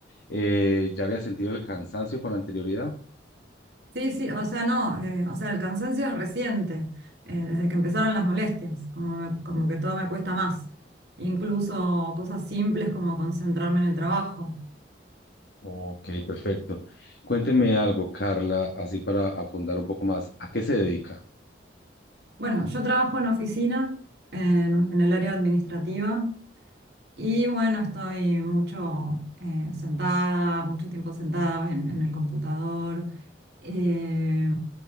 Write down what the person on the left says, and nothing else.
eh, ya habías sentido el cansancio con anterioridad?
Ok, perfecto. Cuénteme algo, Carla, así para afundar un poco más. ¿A qué se dedica?